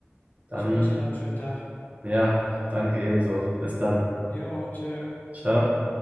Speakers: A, on the right (about 35°); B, on the left (about 45°).
A: Dann,
B: ich wünsche dir noch einen schönen Tag.
A: ja, danke ebenso. Bis dann.
B: Jo, tschö.
A: Ciao.